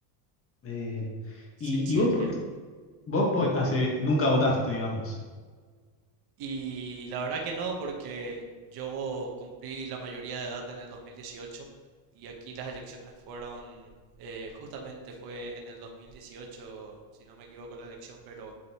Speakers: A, on the left (about 25°); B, on the right (about 45°).
A: eh,
B: Sí,
A: y,
B: sí,
A: y vos,
B: entiendo.
A: por qué- vos por- hace, nunca votaste, digamos.
B: Y la verdad que no, porque yo cumplí la mayoría de edad en el 2018 y aquí las elecciones fueron, eh, justamente fue en el 2018, si no me equivoco la elección, pero